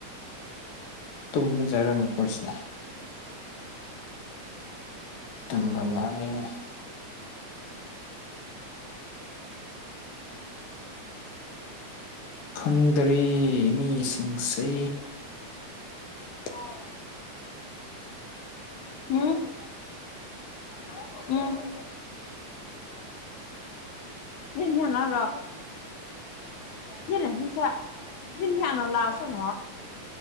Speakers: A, on the left; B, on the left.
A: ꯇꯨꯝꯖꯔꯝꯃꯤ ꯑꯩꯈꯣꯏꯁꯦ ꯇꯝꯕ ꯃꯥꯥꯡꯂꯤꯉꯩ ꯈꯪꯗꯔꯦ ꯃꯤꯁꯤꯡꯁꯦ
B: ꯑꯣ ꯎꯝ ꯑ ꯎꯝ ꯌꯦꯌꯥꯅꯔꯣ ꯌꯦꯅ ꯍꯁ ꯌꯦꯁꯤꯌꯥꯅ ꯂꯁꯜ